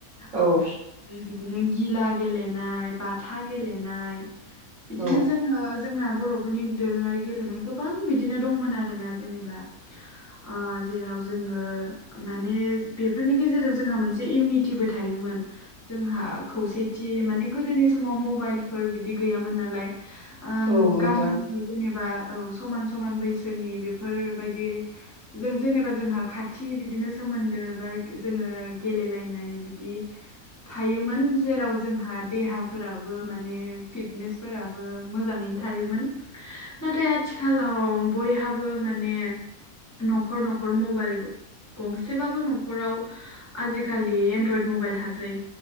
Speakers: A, on the left; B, on the right.
A: आम
B: औ
A: बिदिनो गिला गेलेनाय, बाथा गेलेनाय बिदिनो
B: औ
A: जोङो जोंना बर'फोरनि दोरोङारि गेलेनाय गोबां बिदिनो दंमोन आरोना जेनेबा। आ जेराव। जोङो माने बेफोरनि गेजेरजों जोंहा मोनसे इउनिटिबो थायोमोन। जोंहा खौसेथि माने गोदोनि समाव मबाइलफोर बिदि गैयामोन नालाय। आन्त
B: औ नोंथां
A: गाम जेनेबा औ समान समान बैसोनि बेफोरबायदि जों जेनेबा जोंहा खाथि बिदिनो सोमोन्दो बा जोङो गेलेलायनाय बिदि थायोमोन जेराव जोंहा देहाफोराबो माने फिटनेस फोराबो मोजाङैनो थायोमोन। नाथाय आथिखालाव बयहाबो माने न'खर न'खर मबाइल गंसेबाबो न'खराव आजिखालि एनड्रयड मबाइल थासै।